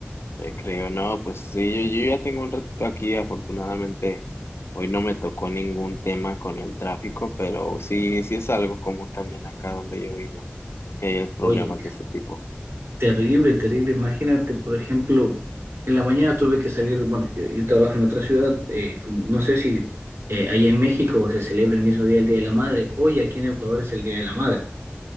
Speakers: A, on the left; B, on the right.
A: Te creo, no, pues sí, yo, yo ya tengo un ratito aquí. Afortunadamente, hoy no me tocó ningún tema con el tráfico, pero sí, sí es algo común también acá donde yo vivo, que hay problemas
B: Oye.
A: de ese tipo.
B: Terrible, terrible. Imagínate, por ejemplo, en la mañana tuve que salir, bueno, yo, yo trabajo en otra ciudad, eh, como- no sé si eh, allá en México se celebra el mismo día el Día de la Madre, hoy aquí en Ecuador es el Día de la Madre.